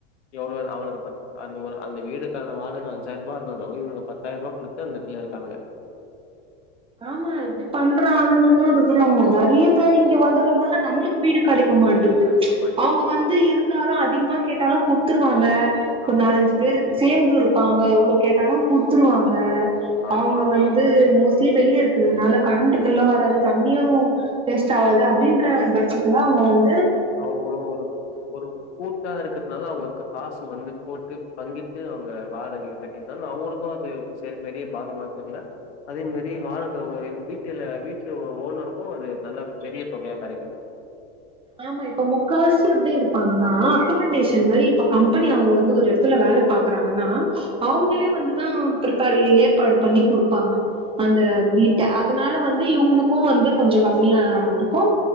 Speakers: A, on the left; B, on the right.
A: எவ்ளோ அவனுக்கு பத் அந்த ஒரு அந்த வீடுக்கான வாடக அஞ்சாயிரூபா இருந்தாலும் இவனுங்க பத்தாயிரூபா குடுத்து அந்த இடத்துல இருக்கானுங்க
B: ஆமா இப்டி பண்ற ஆளுங்களூம் இருக்கறாங்க நறையா பேரு இங்க
A: ம்
B: வந்துறனால நம்மளுக்கு வீடு கடைக்க மாட்டிது
A: வீடு கெடைக்க மாட்டேங்குது
B: அவுங்க வந்து இருந்தாலும் அதிகமா கேட்டாலும் குடுத்துருவாங்க ஒரு
A: ஆமா
B: நாலஞ்சி பேரு சேந்தும் இருப்பாங்க எவ்ளோ கேட்டாலும் குடுத்துருவாங்க
A: ஆமா
B: அவங்க
A: ஆமா
B: வந்து மோஸ் சி இருக்கறதுனால கரண்ட்டு பில்லும் வராது தண்ணியும் டேஸ்ட்டு ஆவாது அப்டின்ற பஜ்ஜத் துல அவங்க வந்
A: அவுங்களும் ஒரு ஒரு கூட்டா இருக்கறதுனால அவங்களுக்கு காசு து வந்து போட்டு பங்கிட்டு அவுங்க வாடகைய கட்டிட்டாலு அவங்களுக்கும் அது சரி பெரிய பாரமா தெர்ல அதே மாரி வாடக வ வீட்டுல வீட்டு ஓனருக்கும் அது நல்லா பெரிய தொகையா கடைக்குது
B: ஆமா இப்ப முக்காவாசி எப்டி இருப்பாங்கன்னா அக்கமன்டேஷன் மாரி இப்ப கம்பெனி அவுங்க வந்து ஒரு எடத்துல வேல பாக்கறாங்கன்னா அவுங்களே
A: ம்
B: வந்துதா பிரப்பர் ஏ ஏற்பாடு பண்ணி குடுப்பாங்க அந்த
A: ம்
B: வீட்ட அ தனால வந்து இவுங்களுக்கும் வந்து கொஞ்சம் கம்மியா இருக்கும்